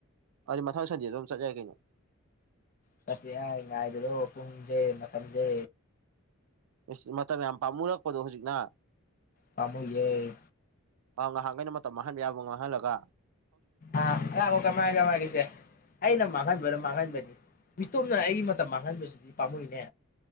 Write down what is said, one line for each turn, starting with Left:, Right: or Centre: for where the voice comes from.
Right: ꯑꯗꯨꯗꯤ ꯃꯊꯪ ꯁꯟꯗꯦꯗ ꯑꯗꯨꯝ ꯆꯠꯆꯔꯦ ꯀꯩꯅꯣ
Left: ꯆꯐ꯭ꯌꯥ ꯉꯥꯏꯕꯤꯔꯣ ꯄꯨꯡꯁꯦ ꯃꯇꯝꯁꯦ
Right: ꯏꯁ ꯃꯇꯝ ꯌꯥꯝ ꯄꯥꯝꯃꯨꯔꯛꯄꯗꯣ ꯍꯧꯖꯤꯛꯅ
Left: ꯇꯥꯃꯣꯏꯏ
Right: ꯑꯥ ꯉꯍꯥꯟꯈꯩꯅ ꯃꯇꯝ ꯃꯥꯡꯍꯟꯕ ꯌꯥꯕ ꯉꯥꯡꯍꯜꯂꯒ
Left: ꯑꯥ ꯌꯥꯉꯣ ꯀꯃꯥꯏ ꯀꯃꯥꯏꯒꯤꯁꯦ ꯑꯩꯅ ꯃꯥꯡꯍꯟꯕꯅꯣ ꯃꯥꯡꯍꯟꯕꯅꯤ ꯃꯤꯇꯣꯝꯅ ꯑꯩꯒꯤ ꯃꯇꯝ ꯃꯥꯡꯍꯟꯕꯁꯤꯗꯤ ꯄꯥꯝꯃꯨꯏꯅꯦ